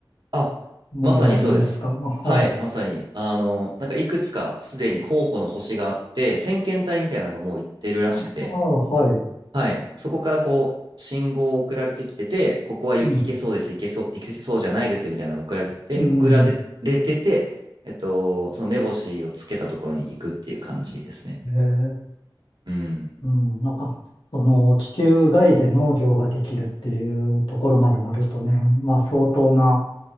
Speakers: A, on the right (about 65°); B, on the left (about 70°).
A: あ、
B: 物語なんですかあ
A: まさにそうです。
B: <laughs> はい。
A: はい、まさに。あの、なんかいくつかすでに候補の星があって、先遣隊みたいなのがもう行ってるらしくて、
B: あ、あ、はい。
A: はい、そこからこう、信号を送られてきてて、ここは行けそうです、
B: うん、
A: 行けそう、行けそうじゃないですみたいなのが送られてて、
B: うん、
A: 送られてて、えっと、その目星をつけたところに行くっていう感じですね。
B: えー、
A: うん。
B: うん、なんか、その、地球外で農業ができるっていうところまでなるとね、まあ、相当な、